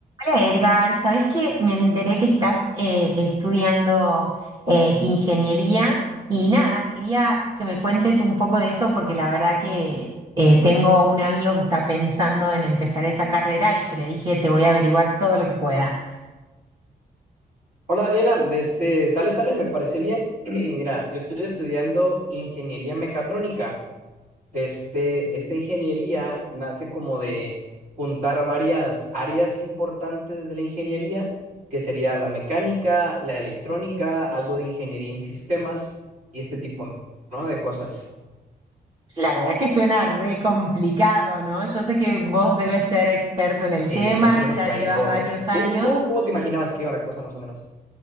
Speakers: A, on the right; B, on the right.
A: Hola Edgar, ¿sabés que me enteré que estás eh, estudiando eh, ingeniería? Y nada, quería que me cuentes un poco de eso porque la verdad que eh, tengo un amigo que está pensando en empezar esa carrera y yo le dije, te voy a averiguar todo lo que pueda.
B: Hola Daniela, de este, sale, sale, me parece bien. <clears throat> Mira, yo estoy estudiando ingeniería mecatrónica. De este, esta ingeniería nace como de juntar varias áreas importantes de la ingeniería, que sería la mecánica, la electrónica, algo de ingeniería en sistemas y este tipo, ¿no? de cosas.
A: La verdad que suena re complicado, ¿no? Yo sé que vos debes ser experto en el
B: Eh,
A: tema
B: más o menos
A: y ya
B: por
A: llevas
B: ahí. O,
A: varios
B: o,
A: años,
B: ¿tú, tú cómo te imaginabas que iba la cosa más o menos?